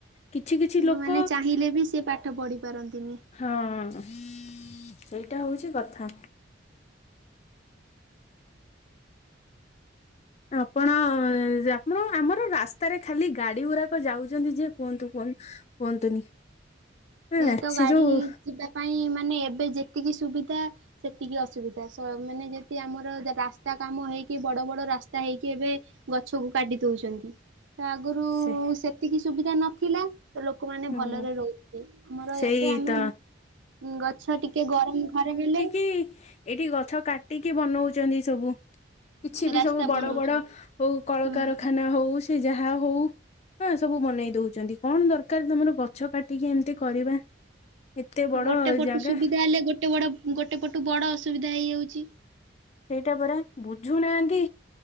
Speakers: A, on the left; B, on the right.
A: କିଛି କିଛି
B: ଯୋଉଁମାନେ
A: ଲୋକ
B: ଚାହିଁଲେ ବି ସେ ପାଠ ପଢି ପାରନ୍ତିନି।
A: ହଁ ସେଇଟା ହଉଚି କଥା। ଆପଣ ଆପଣ ଆମର ରାସ୍ତାରେ ଖାଲି ଗାଡି ଗୁରାକ ଯାଉଛନ୍ତି ଯେ କୁହନ୍ତୁ କୁହ କୁହନ୍ତୁନି। ହଁ
B: ସେଇ ତ
A: ସେ
B: ଗାଡି
A: ଯୋଉ
B: ଯିବା ପାଇଁ ମାନେ ଏବେ ଯେତିକି ସୁବିଧା ସେତିକି ଅସୁବିଧା ସ ମାନେ ଯେନ୍ତି ଆମର ରାସ୍ତା କାମ ହେଇକି ବଡ଼ ବଡ଼ ରାସ୍ତା ହେଇକି ଏବେ ଗଛକୁ କାଟି ଦଉଛନ୍ତି। ତ ଆଗୁରୁ
A: ସେ
B: ସେତିକି ସୁବିଧା ନଥିଲା ତ ଲୋକମାନେ
A: ହୁଁ
B: ଭଲରେ ରହୁଥିଲେ। ଆମର
A: ସେଇ
B: ଏବେ ଆମେ
A: ତ
B: ଗଛ ଟିକେ ଗରମ ଘରେ ହେଲେ
A: କି ଏଇଠି ଗଛ କାଟିକି ବନଉଛନ୍ତି ସବୁ, କିଛି ବି
B: ରାସ୍ତା
A: ସବୁ ବଡ
B: ବନଉଛନ୍ତି।
A: ବଡ ହଉ କଳକାରଖାନା
B: ହୁଁ।
A: ହଉ ସେ ଯାହା ହଉ ହ ସବୁ ବନେଇ ଦଉଛନ୍ତି କଣ ଦର କାର ତମର ଗଛ କାଟିକି ଏମିତି କରିବା। ଏତେ ବଡ
B: ଆଉ ଗୋଟେ ପଟୁ
A: ଜାଗା
B: ସୁବିଧା ହେଲେ ଗୋଟେ ବଡ ଗୋଟେ ପଟୁ ବଡ ଅସୁବିଧା ହେଇଯାଉଚି।
A: ସେଇଟା ପରା ବୁଝୁନାହାନ୍ତି,